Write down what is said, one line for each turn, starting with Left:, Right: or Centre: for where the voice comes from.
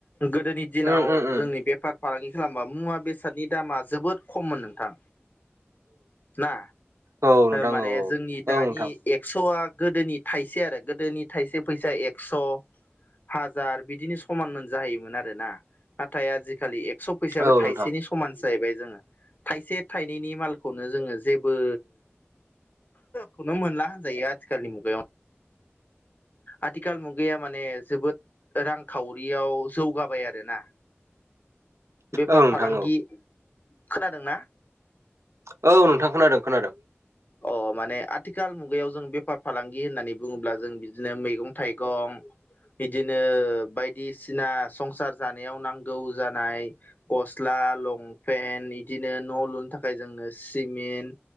Left: गोदोनि दिनाव
Right: उम उम उम
Left: जोंनि बेफार फालांगि खालामबा मुवा बेसादनि दामा जोबोद खममोन नोंथां ना
Right: औ नोंथां
Left: माने
Right: औ
Left: जोंनि
Right: औ
Left: दानि
Right: नोंथां
Left: एक्स'आ गोदोनि थाइसे आरो गोदोनि थाइसे फैसाया एक्स'। हाजार बिदिनो समान मोन जाहैयोमोन आरोना। नाथाय आजिखालि एक्स' फैसायाबो
Right: औ
Left: थाइसेनि
Right: नोंथां
Left: समान जाहैबाय जोङो थाइसे थाइनैनि मालखौनो जोङो जेबो खौनो मोनला होनजायो आथिखालनि मुगायाव। आथिखाल मुगाया माने जोबोद रांखावरियाव जौगाबाय आरोना।
Right: <inaudible>
Left: बेफार फालांगि
Right: औ
Left: खोनादों ना।
Right: औ नोंथां खोनादों खोनादों।
Left: अ माने आथिखाल मुगायाव जों बेफार फालांगि होननानै बुङोब्ला जों बिदिनो मैगं थाइगं बिदिनो बायदिसिना संसार जानायाव नांगौ जानाय गस्ला लंपेन्ट इदिनो न' लुनो थाखाय जोंनो सिमिन्ट